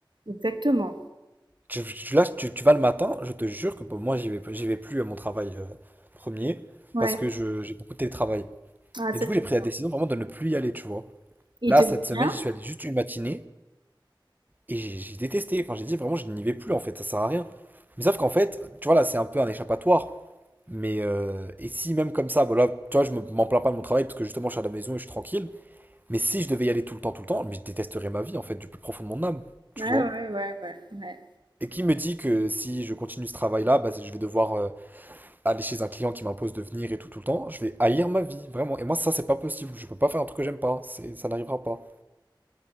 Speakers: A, on the right (about 65°); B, on the right (about 20°).
A: Exactement.
B: Tu, tu- là, tu, tu vas le matin, je te jure que bon, moi, j'y vais, j'y vais plus à mon travail euh, premier
A: Ouais.
B: parce que je, j'ai beaucoup de télétravail.
A: Ah, ça,
B: Et du coup,
A: c'est...
B: j'ai pris la décision vraiment de ne plus y aller, tu vois.
A: Il
B: Là,
A: te dit
B: cette semaine,
A: rien?
B: j'y suis allé juste une matinée. Et j'ai j'ai détesté. Enfin, j'ai dit vraiment, je n'y vais plus en fait, ça sert à rien. Mais sauf qu'en fait, tu vois, là, c'est un peu un échappatoire. Mais euh, et si même comme ça, voilà, tu vois, je me- m'en plains pas de mon travail parce que justement, je suis à la maison et je suis tranquille. Mais si je devais y aller tout le temps, tout le temps, mais je détesterais ma vie en fait, du plus profond de mon âme, tu
A: Ouais, ouais,
B: vois.
A: ouais, ouais, ouais.
B: Et qui me dit que si je continue ce travail-là, bah, je vais devoir euh, aller chez un client qui m'impose de venir et tout, tout le temps. Je vais haïr ma vie, vraiment. Et moi, ça, c'est pas possible. Je peux pas faire un truc que j'aime pas. C'est, ça n'arrivera pas,